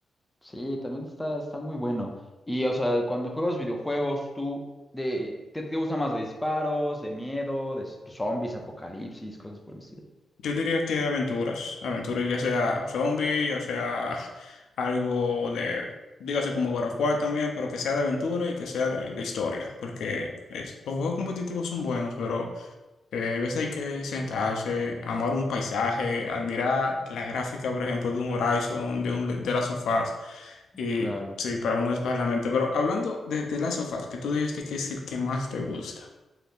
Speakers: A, in the centre; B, on the left (about 80°).
A: Sí, también está, está muy bueno. Y, o sea, cuando juegas videojuegos, tú, de, ¿qué te gusta más? ¿De disparos, de miedo, de s- zombies, apocalipsis, cosas por el estilo?
B: Yo diría que aventuras, aventuras ya sea zombie, ya sea <laughs> algo de, dígase como God of War también, pero que sea de aventura y que sea de, de historia, porque es- los juegos competitivos son buenos, pero Eh, hay veces hay que sentarse, amar un paisaje, admirar la gráfica, por ejemplo, de un Horizon, de un de las sofás. Y
A: Claro.
B: sí, para uno despejar la mente. Pero hablando de, de las sofás, que tú dijiste que es el que más te gusta.